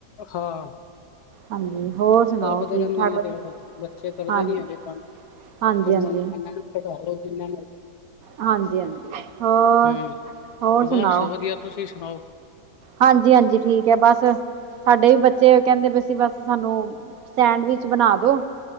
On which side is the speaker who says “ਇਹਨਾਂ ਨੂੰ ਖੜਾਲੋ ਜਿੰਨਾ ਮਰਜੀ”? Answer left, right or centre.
Left